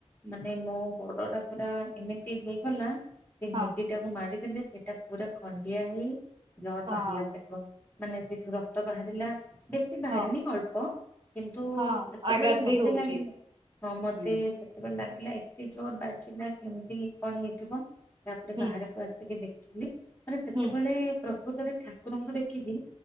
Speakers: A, on the left; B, on the right.
A: ମାନେ ମୋ ଗୋଡଟା ପୁରା ଏମିତି ହେଇଗଲା ସେ
B: ହଁ
A: ମୁଦି ଟାକୁ ମାଡିଦେଲେ ସେଇଟା ପୁରା ଖଣ୍ଡିଆ ହେଇ ବ୍ଲଡ
B: ହଁ
A: ବାହାରିଲା ସେଠୁ। ମାନେ ସେଇଠୁ ରକ୍ତ ବାହାରିଲା ବେଶୀ ଶି ବାହାରିନି
B: ହଁ
A: ଅଳ୍ପ କିନ୍ତୁ
B: ହଁ
A: ସେତେବେଳେ
B: ଆଘାତ
A: ମତେ
B: ବି ହଉଛି
A: ଲାଗିଲା ହଁ ମତେ।
B: ହୁଁ
A: ସେତେବେଳେ ଲାଗିଲା ଏତେ ଜୋର ବାଜିଲା କେମିତି କଣ ହେଇଥିବ ତାପରେ
B: ହୁଁ
A: ବାହାରକୁ ଆସି ଟିକେ ଦେଖିଲି ମାନେ ସେତେବେଳେ
B: ହୁଁ
A: ପ୍ରକୃତରେ ଠାକୁରଙ୍କୁ ଦେଖିକି